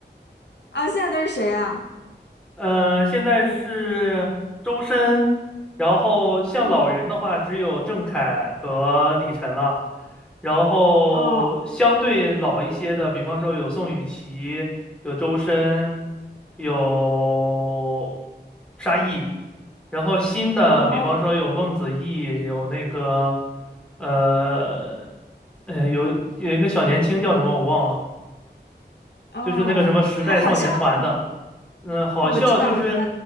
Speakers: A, on the left; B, in the centre.
A: 啊、现在都是谁啊？
B: 嗯，现在是周深，然后像老人的话，
A: 嗯，
B: 只有郑恺和李晨了。然后相对老一些的，
A: 哦
B: 比方说有宋雨琦，有周深，有沙溢。然后新的，
A: 哦
B: 比方说有孟子义，有那个，呃，呃，有有一个小年轻叫什么我忘了，
A: 哦，
B: 就是那个什么时代少年团的。
A: 还好笑吗？
B: 嗯，好笑就是
A: 哦，我知道，我知道，